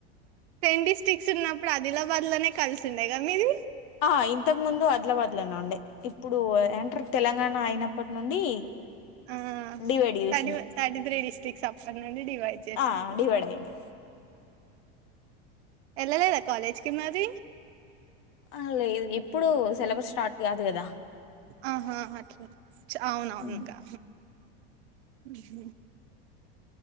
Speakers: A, on the right; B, on the left.
A: ట్రెం డిస్టి్రిక్ట్స్ ఉన్నప్పుడు ఆదిలాబాద్ లోనే కలిసి ఉండేయి కద మీది
B: ఆ ఇంతకు ముందు ఆదిలాబాద్ లోనే ఉండే ఇప్పుడు ఏమంటారు తెలంగాణ అయినప్పటి నుండి <unintelligible>
A: ఆ
B: చేసిండ్రు
A: థర్టీ థర్టీ త్రీ డిస్ట్రిక్స్ అప్పనడి డివైడ్ చేసినట్
B: ఆ
A: ఉ
B: డివైడ్ అయింది
A: ఎల్లలేద కాలేజ్ కి మరి
B: అ లేదు ఎప్పుడు సెలబ్రస్ స్టార్ట్ కాదు కదా
A: ఆహా అట్లా చ అవునవునుగా
B: ఉమ్.
A: ఊహు